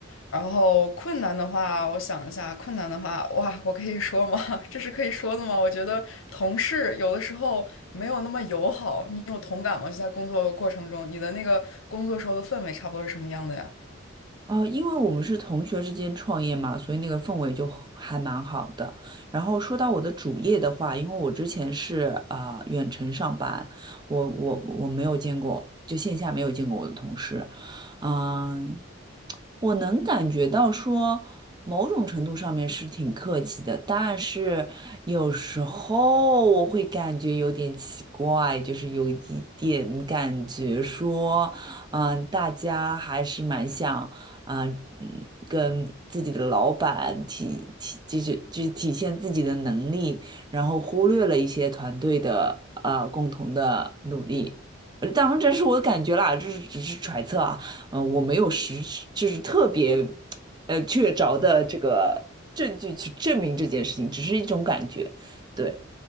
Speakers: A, on the left (about 75°); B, on the right (about 20°).
A: 然后困难的话，我想一下，困难的话，哇，我可以说吗？<laughs> 这是可以说的吗？我觉得同事有的时候没有那么友好，你有同感吗？就在工作过程中，你的那个工作时候的氛围差不多是什么样的呀？
B: 哦，因为我们是同学之间创业嘛，所以那个氛围就很还蛮好的。然后说到我的主业的话，因为我之前是啊、呃远程上班，我我我没有见过，就线下没有见过我的同事，嗯、我能感觉到说，某种程度上面是挺客气的，但是有时候我会感觉有点奇怪，就是有一点感觉说，嗯、大家还是蛮想，啊、嗯，跟自己的老板体体，就是就是体现自己的能力，然后忽略了一些团队的呃共同的努力。呃当然，这是我的感觉啦，这是只是揣测啊。呃，我没有实质就是特别呃确凿的这个证据去证明这件事情，只是一种感觉。对，